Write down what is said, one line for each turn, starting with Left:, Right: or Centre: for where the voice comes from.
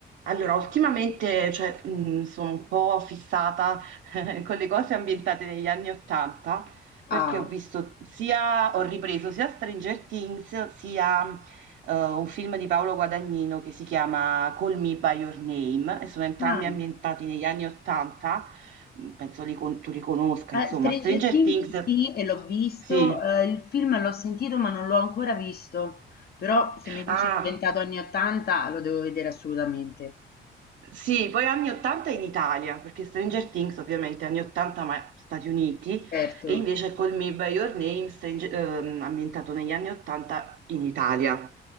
Right: Allora, ultimamente, cioè, mh, sono un po' fissata <laughs> con le cose ambientate negli anni Ottanta, perché
Left: Ah,
Right: ho visto sia, ho ripreso sia Stranger Things, sia eh, un film di Paolo Guadagnino che si chiama Call Me by Your Name, e sono entrambi
Left: ah,
Right: ambientati negli anni Ottanta, penso li con- tu li conosca,
Left: eh,
Right: insomma,
Left: Stranger
Right: Stranger
Left: Things
Right: Things,
Left: sì, e l'ho visto,
Right: sì.
Left: eh, il film l'ho sentito ma non l'ho ancora visto, però se mi dici
Right: Ah,
Left: è diventato anni 80 lo devo vedere assolutamente,
Right: Sì, poi anni 80 in Italia, perché Stranger Things ovviamente anni 80 ma Stati Uniti,
Left: certo.
Right: e invece Call Me By Your Name, Strange- ehm, ambientato negli anni 80 in Italia.